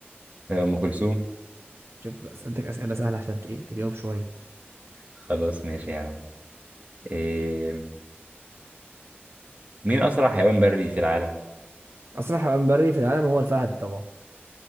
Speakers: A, on the right (about 40°); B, on the right (about 80°).
A: هي ام كلثوم
B: شوف بقى سألتك أسئلة سهلة عشان ت- إيه تجاوب شوية
A: خلاص ماشي يا عم إيه... مين اسرع حيوان بري في العالم
B: أسرع حيوان بري في العالم هو الفهد طبعا